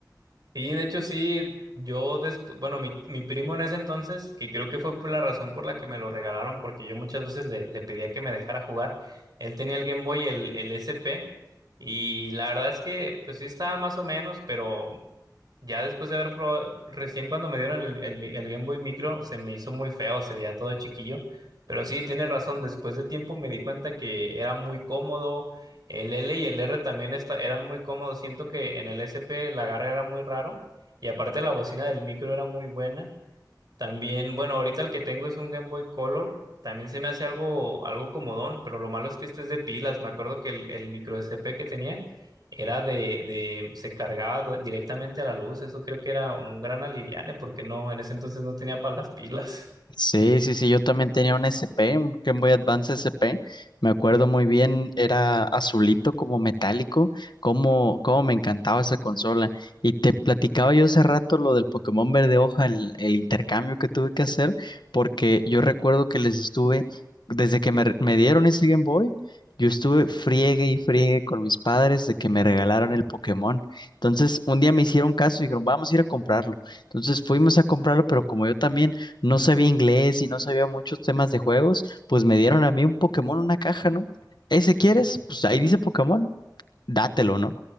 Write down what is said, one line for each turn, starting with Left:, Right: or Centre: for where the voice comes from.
Right: Sí, de hecho sí, yo después, bueno, mi, mi primo en ese entonces, que creo que fue por la razón por la que me lo regalaron, porque yo muchas veces le, le pedía que me dejara jugar, él tenía el Game Boy, el, el SP, y la verdad es que pues sí estaba más o menos, pero ya después de haber probado, recién cuando me dieron el, el mi- el Game Boy Micro, se me hizo muy feo, se veía todo chiquillo. Pero sí, tiene razón, después de tiempo me di cuenta que era muy cómodo. El L y el R también esta- eran muy cómodos. Siento que en el SP el agarre era muy raro. Y aparte la bocina del micro era muy buena. También, bueno, ahorita el que tengo es un Game Boy Color. También se me hace algo, algo comodón, pero lo malo es que este es de pilas. Me acuerdo que el, el micro SP que tenía era de, de, se cargaba do- directamente a la luz. Eso creo que era un gran aliviane, porque no, en ese entonces no tenía para las pilas.
Left: Sí, sí, sí, yo también tenía un SP, un Game Boy Advance SP, me acuerdo muy bien, era azulito como metálico, como, como me encantaba esa consola. Y te platicaba yo hace rato lo del Pokémon Verde Hoja, el, el intercambio que tuve que hacer, porque yo recuerdo que les estuve, desde que me, me dieron ese Game Boy, yo estuve friegue y friegue con mis padres de que me regalaron el Pokémon. Entonces, un día me hicieron caso y dijeron, vamos a ir a comprarlo. Entonces fuimos a comprarlo, pero como yo también no sabía inglés y no sabía muchos temas de juegos, pues me dieron a mí un Pokémon una caja, ¿no? ¿Ese quieres? Pues ahí dice Pokémon, dátelo, ¿no?